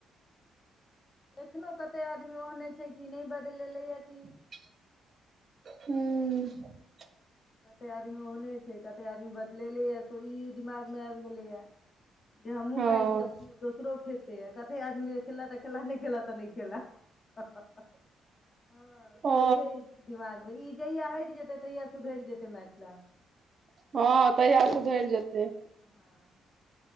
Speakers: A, on the left; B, on the right.
A: एखनो कते आदमी ओहने छै कि नै बदलेलै ये कि।
B: हूं।
A: कते आदमी ओहने छै कते आदमी बदलेलै ये स इ दिमाग मे आबि गेलैये। जे हमहुँ
B: हँ
A: खाइ छी तऽ दोसरो खेतै आ कते आदमी के खेला तऽ खेला नै खेला तऽ नै खेला हॅं छइहे
B: ओ
A: इ दिमाग मे ई जहिया हटि जेतै तहिया सुधरि जेतै मैथिला।
B: हँ तहिया सुधरि जेतै।
A: हँ।